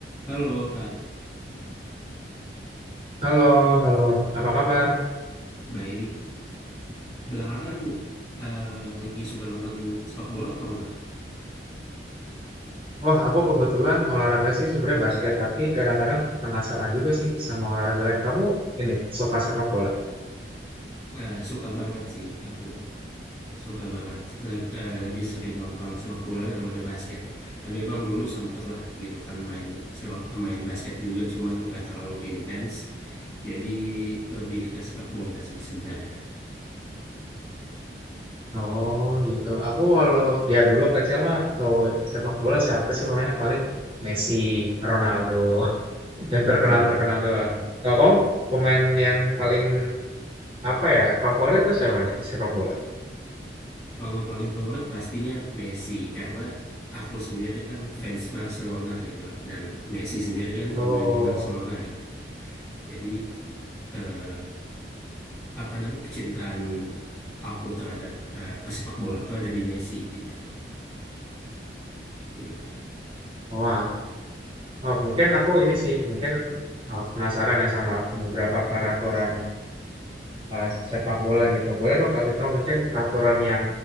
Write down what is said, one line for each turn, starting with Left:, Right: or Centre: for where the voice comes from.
Left: Halo Kak,
Right: Halo, halo. Apa kabar?
Left: baik. Belakangan eh, lagi suka nonton sepak bola atau enggak Kak?
Right: Wah, aku kebetulan olahraga sih sebenarnya basket, tapi kadang-kadang penasaran juga sih sama olahraga lain. Kamu ini suka sepak bola?
Left: Eh, suka banget sih aku, suka banget. Lag- eh, lebih sering nonton sepak bola daripada basket. Tapi emang dulu sempet lah gitu kan main sepak main basket juga, cuman nggak terlalu intens. Jadi lebih ke sepak bola sih sebenarnya.
Right: Oh, gitu. Aku kalau dia dulu kecil mah tahu sepak bola siapa sih pemainnya paling Messi, Ronaldo, <laughs> yang
Left: Betul.
Right: terkenal-terkenal doang. Kalau kamu pemain yang paling apa ya favorit tuh siapa di sepak bola?
Left: Kalau paling favorit pastinya Messi karena aku sendiri kan fans Barcelona gitu kan dan Messi sendiri kan
Right: Oh.
Left: bermain di Barcelona gitu. Jadi eh, apa namanya kecintaan aku terhadap eh, pesepak bola tuh ada di Messi gitu, gitu kan.
Right: Oh Oh, mungkin aku ini sih, mungkin uh, penasaran ya sama beberapa peraturan uh, sepak bola gitu. Boleh dong kasih tahu mungkin peraturan yang